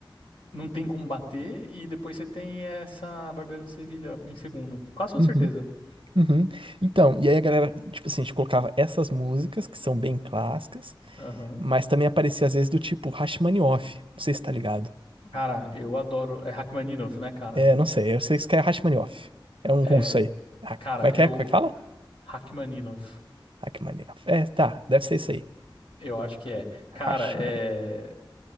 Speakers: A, on the left (about 85°); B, on the right (about 75°).
A: não tem como bater, e depois você tem essa Barbeiro de Sevilha em segundo. Quase toda
B: Uhum,
A: certeza.
B: uhum. Então, e aí a galera, tipo assim, a gente colocava essas músicas que são bem clássicas,
A: Aham.
B: mas também aparecia às vezes do tipo Rachmaninoff. Não sei se tá ligado.
A: Cara, eu adoro. É Rachmaninov, né, cara?
B: É, não sei, eu sei que isso que é Rachmaninoff. É um
A: É.
B: russo aí. Ah,
A: Cara,
B: como é que
A: eu.
B: é? Como é que fala?
A: Rachmaninov.
B: Rachmaninoff. É, tá, deve ser isso aí.
A: Eu acho que é. Cara,
B: Rachmaninoff.
A: é.